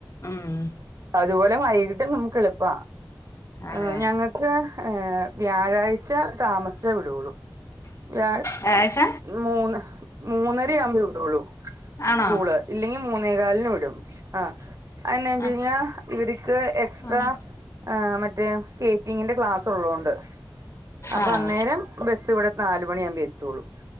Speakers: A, on the left (about 40°); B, on the right (about 40°).
A: ഉം
B: അതുപോലെ വൈകിട്ടും നമുക്ക് എളുപ്പ
A: അതെ
B: ഏഹ് ഞങ്ങ ക്ക് ഹേ വ്യാഴാഴ്ച താമസ്ച്ചേ വിടൊള്ളൂ വ്യാഴാ
A: വ്യാഴാഴ്ച
B: മൂന്ന് ഹ് മൂന്നെരെയാവുമ്പേ വിടൊള്ളൂ
A: ആണോ
B: സ്കൂള് ഇല്ലെങ്കി മൂന്നേ കാൽന് വിടും ആഹ് അയെന്നാ വെച്ചേഞ്ഞാ
A: ആഹ്
B: ഇവരിക്ക് എക്സ്ട്രാ
A: ആഹ്
B: ഏഹ് മറ്റേ സ്കേറ്റിങ്ങിന്റെ ക്ലാസ് ഉള്ളോണ്ട് അപ്പം
A: ആഹ്
B: അന്നേരം ബസ് ഇവടെ നാലുമണി ആമ്പെത്തോള്ളൂ